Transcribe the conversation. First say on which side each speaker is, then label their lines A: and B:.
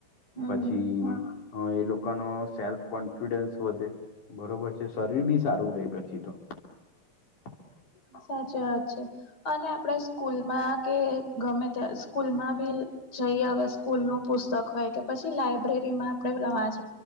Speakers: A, on the left (about 30°); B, on the left (about 65°).
A: હમ
B: પછી એ લોકોનો સેલ્ફ કોન્ફિડન્સ વધે. બરોબર છે, શરીર બી સારું રહે પછી તો <unintelligible>
A: સાચી વાત છે, અને આપણે સ્કૂલમાં કે ગમે ત સ્કૂલમાં બી જઈએ, હવે સ્કૂલ નું પુસ્તક હોય કે, પછી લાઈબ્રેરીમાં આપણેે લવાચ